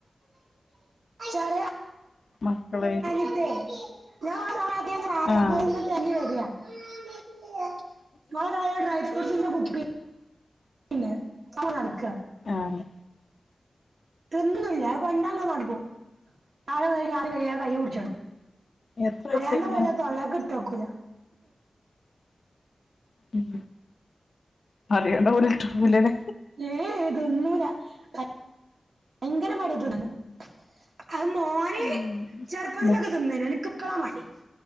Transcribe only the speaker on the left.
മക്കളെ
ആഹ്
ആഹ്
എത്ര വയസായിക്കണ്
ഉം വേണ്ടാ പോലും ട്‌ട്ടയാകു <unintelligible> ലല്ലേ.
ഉം
മു